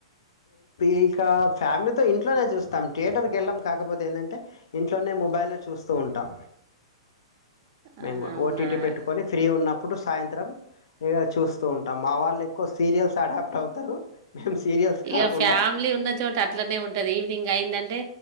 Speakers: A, on the left (about 60°); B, on the right (about 45°).
A: ఇక ఫ్యామిలీతో ఇంట్లోనే చూస్తాం థియేటర్కి వెళ్ళాం కాకపోతే ఏంది అంటే ఇంట్లోనే మొబైలో చూస్తూవుటం మెము
B: ఆ, అవునా
A: ఓటీటీ పెట్టుకొని ఫ్రీ ఉన్నప్పుడు సాయంత్రం ఇగా చూస్తూ ఉంటా అ మా వాళ్ళు ఎక్కువ సీరియల్స్ అడాప్ట్ అవుతారు మేము సీరియల్స్
B: ఇక
A: కాకుండా
B: ఫ్యామిలీ ఉన్న చోట అట్లనే ఉంటది ఈవినింగ్ అయిందంటే